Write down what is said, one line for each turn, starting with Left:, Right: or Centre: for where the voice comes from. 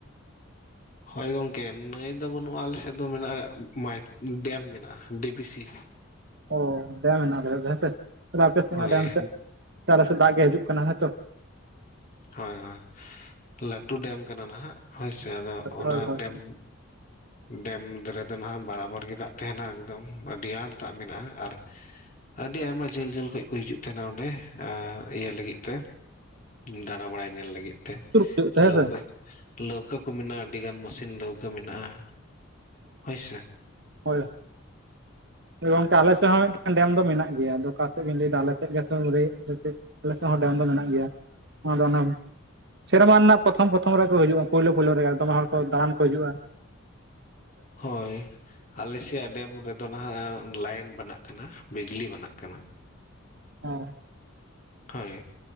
Left: ᱦᱳᱭ ᱜᱚᱝᱠᱮ ᱱᱟᱹᱭ ᱫᱚ ᱵᱟᱹᱱᱩᱜᱼᱟ ᱟᱞᱮ ᱥᱮᱫ ᱫᱚ ᱢᱮᱱᱟᱜᱼᱟ ᱢᱟᱭ ᱰᱮᱢ ᱢᱮᱱᱟᱜᱼᱟ ᱰᱤᱵᱤᱥᱤ,
Right: ᱚ ᱰᱮᱢ ᱦᱮᱱᱟᱜ ᱠᱟᱫᱟ ᱦᱮᱸᱥᱮ ᱛᱮ ᱟᱯᱮ ᱥᱮᱫ
Left: ᱦᱳᱭ
Right: ᱢᱟ ᱰᱮᱢ ᱥᱮᱫ ᱛᱟᱨ ᱟᱞᱮ ᱥᱮᱫ ᱫᱟᱜ ᱜᱮ ᱦᱤᱡᱩᱜ ᱠᱟᱱᱟ ᱦᱚᱭ ᱛᱚ᱾
Left: ᱦᱳᱭ ᱦᱳᱭ ᱞᱟᱹᱴᱩ ᱰᱮᱢ ᱠᱟᱱᱟ ᱱᱟᱦᱟᱜ ᱦᱳᱭ ᱥᱮ ᱟᱫᱚ ᱚᱱᱟ
Right: ᱦᱳᱭ
Left: ᱰᱮᱢ
Right: <unintelligible>
Left: ᱰᱮᱢ ᱨᱮᱫᱚ ᱱᱟᱦᱟᱸᱜ ᱵᱟᱨᱟᱵᱚᱨ ᱜᱮ ᱫᱟᱜ ᱛᱟᱦᱮᱱᱟ ᱮᱠᱫᱚᱢ ᱟᱹᱰᱤ ᱟᱸᱴ ᱫᱟᱜ ᱢᱮᱱᱟᱜᱼᱟ, ᱟᱨ ᱟᱹᱰᱤ ᱟᱭᱢᱟ ᱡᱷᱟᱹᱞ ᱡᱷᱟᱹᱞ ᱠᱷᱚᱡ ᱠᱚ ᱦᱤᱡᱩᱜ ᱛᱟᱦᱮᱱᱟ ᱚᱸᱰᱮ ᱤᱭᱟᱹ ᱞᱟᱹᱜᱤᱫ ᱛᱮ ᱫᱟᱬᱟ ᱵᱟᱲᱟᱭ ᱧᱮᱞ ᱞᱟᱹᱜᱤᱫ ᱛᱮ,
Right: ᱦᱤᱡᱩᱜ ᱛᱮ ᱦᱮᱸ
Left: ᱞᱟᱹᱣᱠᱟᱹ
Right: ᱥᱮ
Left: ᱞᱟᱹᱣᱠᱟᱹ ᱠᱚ ᱢᱮᱱᱟᱜᱼᱟ ᱟᱹᱰᱤ ᱜᱟᱱ ᱢᱮᱥᱤᱱ ᱞᱟᱹᱣᱠᱟᱹ ᱢᱮᱱᱟᱜᱼᱟ ᱦᱳᱭ ᱥᱮ,
Right: ᱦᱳᱭ ᱜᱚᱝᱠᱮ ᱟᱞᱮ ᱥᱮᱫ ᱦᱚᱸ ᱢᱤᱫᱴᱟᱝ ᱰᱮᱢ ᱫᱚ ᱢᱮᱱᱟᱜ ᱜᱮᱭᱟ ᱟᱫᱚ ᱚᱠᱟ ᱥᱮᱫ ᱵᱮᱱ ᱞᱟᱹᱭ ᱮᱫᱟ ᱟᱞᱮ ᱥᱮᱫ ᱜᱮ <unintelligible> ᱟᱞᱮ ᱥᱮᱫ ᱦᱚᱸ ᱰᱮᱢ ᱫᱚ ᱢᱮᱱᱟᱜ ᱜᱮᱭᱟ ᱱᱚᱣᱟ ᱫᱚ ᱚᱱᱮ ᱥᱮᱨᱢᱟ ᱨᱮᱱᱟᱜ ᱯᱨᱚᱛᱷᱚᱢ ᱯᱨᱚᱛᱷᱚᱢ ᱨᱮᱠᱚ ᱦᱤᱡᱩᱜ-ᱟ ᱯᱳᱭᱞᱳ ᱯᱳᱭᱞᱳ ᱨᱮ ᱫᱚᱢᱮ ᱦᱚᱲ ᱠᱚ ᱫᱟᱬᱟᱱ ᱠᱚ ᱦᱤᱡᱩᱜ-ᱟ᱾
Left: ᱦᱳᱭ ᱟᱞᱮ ᱥᱮᱭᱟᱜ ᱰᱮᱢ ᱨᱮᱫᱚ ᱱᱟᱦᱟᱜ ᱞᱟᱭᱤᱱ ᱵᱮᱱᱟᱜ ᱠᱟᱱᱟ᱾ ᱵᱤᱡᱽᱞᱤ ᱵᱮᱱᱟᱜ ᱠᱟᱱᱟ
Right: ᱚ
Left: ᱦᱳᱭ᱾